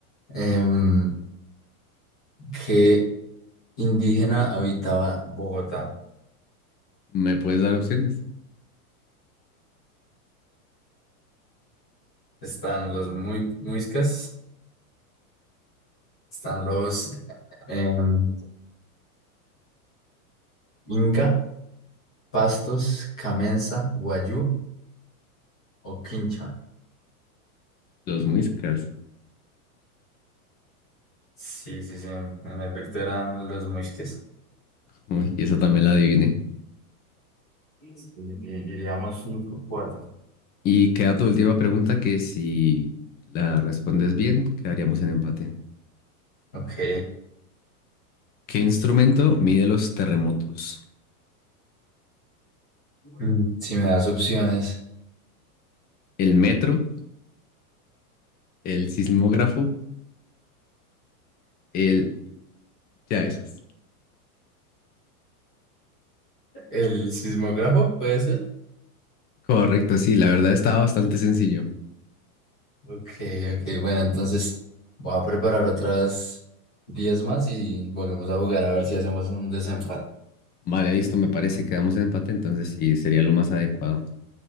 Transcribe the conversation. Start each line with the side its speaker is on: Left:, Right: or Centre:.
Centre: em, ¿qué indígena habitaba Bogotá?
Left: ¿Me puedes dar opciones?
Centre: Están los muy, muiscas, están los em, Inca, Pastos, Camenza, Guayú o Quincha.
Left: Los Muiscas.
Centre: Sí, sí, sí. En en efecto eran los muisques.
Left: Uy, y esa también la adiviné.
Centre: Sí, Diríamos cinco, cuatro.
Left: Y queda tu última pregunta que si la respondes bien, quedaríamos en empate.
Centre: Ok.
Left: ¿Qué instrumento mide los terremotos?
Centre: Mm, Si me das opciones.
Left: ¿El metro? ¿El sismógrafo? El... Ya esas.
Centre: ¿El sismógrafo puede ser?
Left: Correcto, sí, la verdad estaba bastante sencillo.
Centre: Ok, ok, bueno, entonces voy a preparar otras 10 más y volvemos a jugar a ver si hacemos un desenfado.
Left: Vale, listo, me parece. Quedamos en empate, entonces sí, sería lo más adecuado.